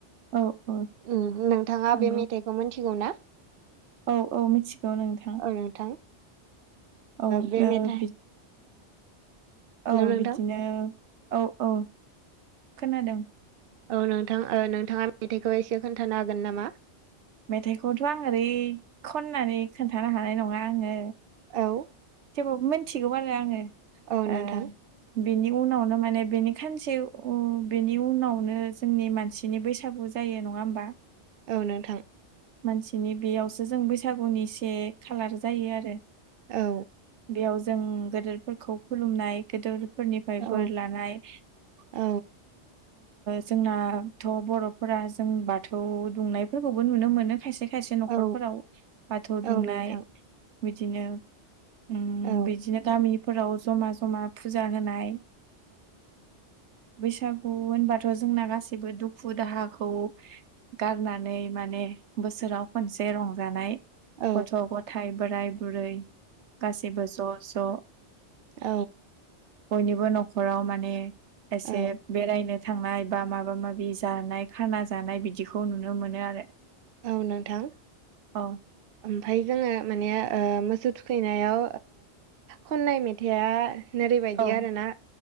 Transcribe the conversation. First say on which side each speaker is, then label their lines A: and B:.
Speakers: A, on the right; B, on the right.
A: औ औ
B: ओम नोंथांङा
A: नंगौ
B: बे मेथाइखौ मिथिगौ ना?
A: औ औ मिथिगौ नोंथां
B: औ नोंथां
A: औ
B: बे
A: ओ
B: मेथाइ
A: बि
B: हेलौ
A: औ
B: नोंथां
A: बिदिनो औ औ खोनादों।
B: औ नोंथां नोंथांङा मेथाइखौ एसे खोन्थानो हागोन नामा?
A: मेथाइखौथ' आं ओरै खननानै खोन्थानो हानाय नंङा आंङो।
B: औ
A: थेवबाबो मिथिगौ आंङो
B: औ नोंथां
A: ओ बेनि उनावनो माने बेनि खानसे बेनि उनावनो जोंनि मानसिनि बैसागुख जायो नंङा होमबा?
B: औ नों
A: मानसिनि बेयावसो जों बैसागुनि से खालार जायो आरो।
B: औ।
A: बेयाव जों गदोरफोरखौ खुलुमनाय गोदोरफोरनिफ्राय
B: औ
A: ओमफाय बोर लानाय
B: औ
A: जोंनाथ' बर'फोरा जों बाथौ दुमनाया फोरखौबो नुनो मोनो खायसे खायसे न'खरफोराव
B: औ
A: बाथौ
B: औ
A: दुमनाय
B: नोंथां
A: बिदिनो ओ ओम
B: औ
A: बिदिनो गामिफोराव जमा जमा फुजा होनाय। बैसागु होनबा थ' जोंना गासिबो दुखु दाहाखौ गारनानै माने बोसोराव खनसे रंजानाय
B: औ
A: गथ' गथायाइ बोराय-बुरै गासैबो ज' ज'
B: औ
A: बयनिबो न'खराव माने एसे
B: औ
A: बेरायनो थांनाय बा माबा माबि जानाय खाना जानाय बिदिखौ नुनो मोनो आरो।
B: औ नोंथां।
A: औ
B: ओमफ्राय जोंङो माने मोसौ थुखैनायाव खननाय मेथाइआ ओरैबादि
A: औ
B: आरो ना?